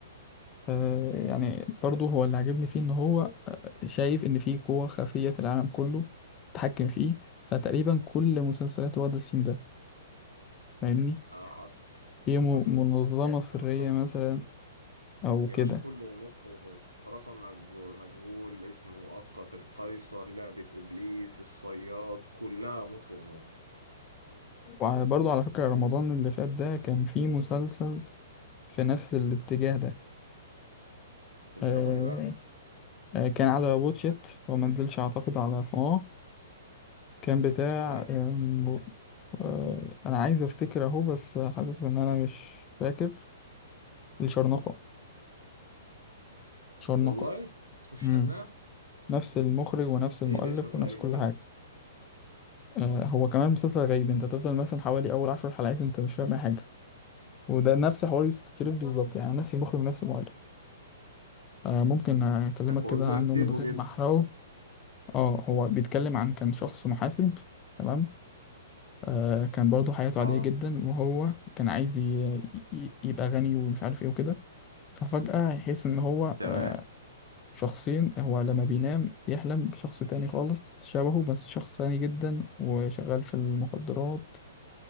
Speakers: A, on the left; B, on the right.
A: آه يعني برضه هو اللي عجبني فيه ان هو شايف ان في قوة خفية في العالم كله تتحكم فيه فتقريبا كل مسلسلاته واخدة السيم ده فاهمني
B: اه حصل
A: في م-
B: حصل
A: منظمة
B: من اول
A: سرية
B: رقم
A: مثلا
B: مجهول
A: او
B: يا
A: كده
B: باشا كله غموض في غموض رقم مجهو- مجهول اسم مؤقت القيصر لعبة ابليس الصياد كلها غموض في غموض
A: وبرضه على فكرة رمضان اللي فات ده كان فيه مسلسل في نفس الاتجاه ده
B: اللي
A: آه
B: هو ايه بقى
A: آه كان على واتشيت وما نزلش اعتقد على قناة كان بتاع
B: اسمه ايه
A: أم، آه، انا عايز افتكر اهو بس حاسس ان انا مش فاكر الشرنقة شرنقة
B: والله اسمه الشرنقة
A: امم نفس المخرج ونفس المؤلف
B: ايه الاسم الغريب
A: ونفس كل
B: ده
A: حاجة آه، هو كمان مسلسل غريب انت تفضل مثلا حوالي اول عشر حلقات انت مش فاهم أي حاجة وده نفس حوار يوسف شريف بالظبط يعني نفس المخرج ونفس المؤلف آه، ممكن اكلمك
B: <laughs> وزر
A: كده عنه
B: كتفه
A: من غير
B: كده
A: ما احرقه اه هو بيتكلم عن كان شخص محاسب تمام آه، كان برضه حياته عادية
B: اه
A: جدا وهو كان عايز ي- ي- يبقى غني ومش عارف ايه وكده ففجأة يحس إن هو
B: تمام
A: آه، شخصين هو لما بينام بيحلم بشخص تاني خالص شبهه بس شخص غني جدا وشغال في المخدرات